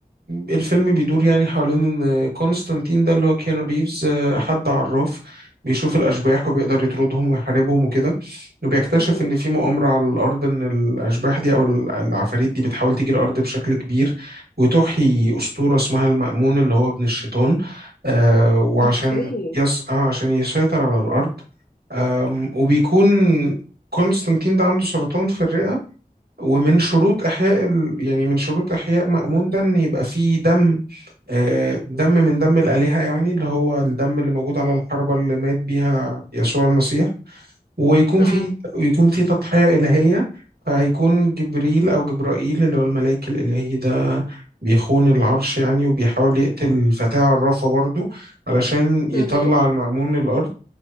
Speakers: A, on the right (about 80°); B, on the left (about 70°).
A: الفيلم بيدور يعني حوالين ان كونستانتين ده اللي هو كيانو ريفز آه، حد عراف بيشوف الاشباح وبيقدر يطردهم ويحاربهم وكده وبيكتشف
B: مه.
A: ان في مؤامره على الارض ان الاشباح دي او ال- العفاريت دي بتحاول تيجي الارض بشكل كبير وتحيي اسطوره اسمها المأمون اللي هو ابن الشيطان آه، وعشان
B: اوكي
A: يس... آه، عشان يسيطر على الارض أم، وبيكون كونستانتين ده عنده سرطان في الرئة ومن شروط إحياء ال... يعني من شروط إحياء مأمون ده إن يبقى فيه دم آه، دم من دم الآلهة يعني اللي هو الدم اللي موجود على الحربة اللي مات بيها يسوع المسيح ويكون
B: اه
A: فيه ويكون فيه تضحية إلهية فهيكون جبريل أو جبرائيل اللي هو الملاك الإلهي ده بيخون العرش يعني وبيحاول يقتل فتاة عرافة برضو علشان يطلع
B: مه.
A: المأمون للأرض